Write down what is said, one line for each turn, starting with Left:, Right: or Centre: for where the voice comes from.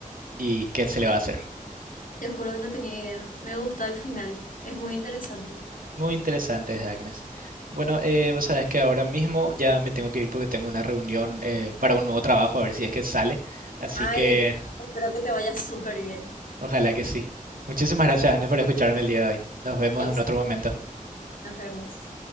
Right: y ¿qué se le va a hacer?
Left: Te juro que no tenía idea. Me gustó al final, es muy interesante.
Right: Muy interesante, Agnes. Bueno, eh, vos sabés que ahora mismo ya me tengo que ir porque tengo una reunión eh, para un nuevo trabajo, a ver si es que sale. Así
Left: Ay,
Right: que
Left: Espero que te vaya súper bien.
Right: ojalá que sí. Muchísimas gracias,
Left: ex-
Right: Agnes, por escucharme el día de hoy. Nos vemos
Left: éxito.
Right: en otro momento.
Left: Nos vemos.